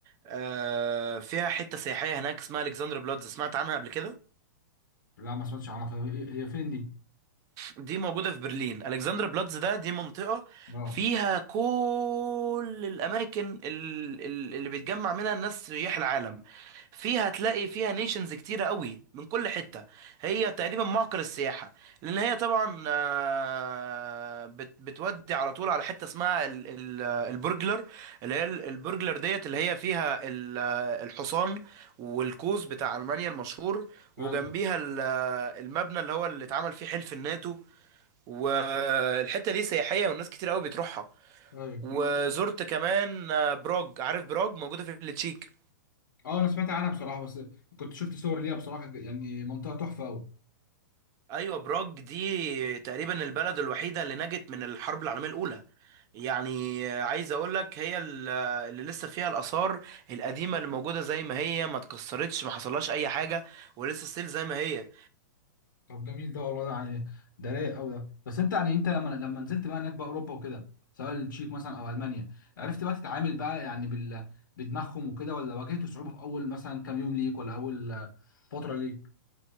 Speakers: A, on the right; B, on the left.
A: آه، فيها حته سياحيه هناك اسمها الكسندر بلاتز سمعت عنها قبل كده
B: لا ما سمعتش عنها طب هي هي فين دي
A: دي موجودة في برلين ألكسندر بلاتز ده دي منطقة
B: اه
A: فيها كل الأماكن ال- ال- اللي بيتجمع منها الناس سياح العالم فيها هتلاقي فيها نيشنز كتيرة قوي من كل حتة هي تقريبا معقل السياحة لأن هي طبعا آه، بت- بتودي على طول على حتة اسمها ال- ال- البرجلر اللي هي ال- البرجلر ديت اللي هي فيها ال- الحصان والقوس بتاع ألمانيا المشهور
B: ايوه
A: وجنبيها ال- المبنى اللي هو اللي اتعمل فيه حلف الناتو والحته دي سياحيه والناس كتير قوي بتروحها
B: ايوه
A: مم. وزرت كمان آه، براج عارف براج موجوده في التشيك
B: اه انا سمعت عنها بصراحه بس كنت شفت صور ليها بصراحه يعني منطقه تحفه قوي
A: ايوه براج دي تقريبا البلد الوحيده اللي نجت من الحرب العالميه الاولى يعني عايز اقول لك هي ال- اللي لسه فيها الاثار القديمه اللي موجوده زي ما هي ما اتكسرتش ما حصلهاش اي حاجه ولسه ستيل زي ما هي
B: طب جميل ده والله ده يعني ده رايق قوي ده بس انت يعني انت لما لما نزلت بقى هناك بقى اوروبا وكده سواء التشيك مثلا او المانيا عرفت بقى تتعامل بقى يعني بال بدماغهم وكده ولا واجهت صعوبة في اول مثلا كام يوم ليك ولا اول آه، فترة ليك